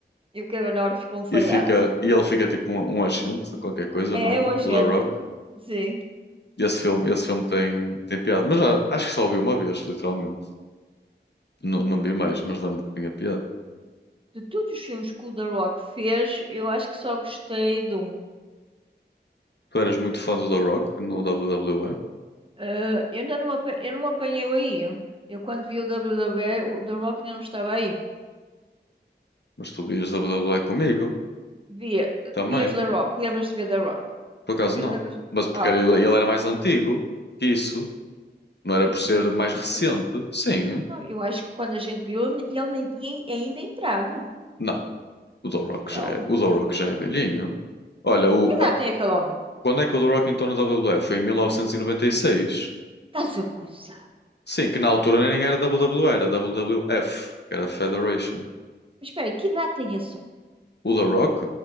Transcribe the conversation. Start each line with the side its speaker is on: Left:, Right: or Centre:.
Right: e o Kevin Hart ficou um falhado.
Left: E, fica, e ele fica tipo um, um agente de qualquer coisa,
Right: É
Left: não é?
Right: o agente,
Left: O The Rock.
Right: sim.
Left: E esse filme, esse filme tem, tem piada. Mas já, acho que só o vi uma vez, literalmente. Não, não vi mais, mas lembro que tinha piada.
Right: De todos os filmes que o The Rock fez, eu acho que só gostei de um.
Left: Tu eras muito fã do The Rock no WWE,
Right: Ah, eu ainda não, apa- eu não me apanhei aí. Eu quando vi o WWE, o The Rock ainda não estava aí.
Left: mas tu vias WWE comigo
Right: Via,
Left: também.
Right: vias da Rock. Lembras-te de ver da Rock?
Left: Por acaso não.
Right: Lembras?
Left: Mas porque
Right: Ah,
Left: era- ele
Right: tá,
Left: era
Right: tá.
Left: mais antigo que isso. Não
Right: Era
Left: era
Right: mais
Left: por ser
Right: antigo?
Left: mais recente. Sim.
Right: Não, eu acho que quando a gente viu, ele ele nem tinha ainda entrado.
Left: Não. O The Rock
Right: Não.
Left: já é, o The Rock já é velhinho. Olha, o,
Right: Que idade
Left: a-
Right: tem aquele homem?
Left: quando é que o The Rock entrou na WWF? Foi em 1996.
Right: Estás a coçar.
Left: Sim, que na altura nem era WWE, era WWF, que era Federation.
Right: Mas espera aí, que idade tem esse homem?
Left: O The Rock?